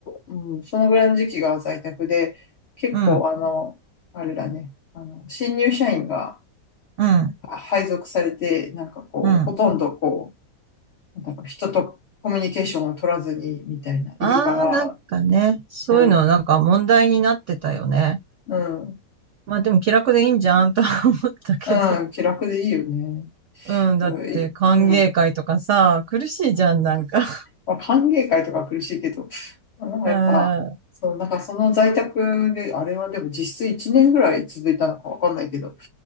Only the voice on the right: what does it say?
うん、
うん、
うん。
ああ、
なんかね、そういうのはなんか問題になってたよね。
まあでも気楽でいいんじゃんとは思ったけど。
うん、だって歓迎会とかさ、
苦しいじゃん、なんか。<laughs>
うん、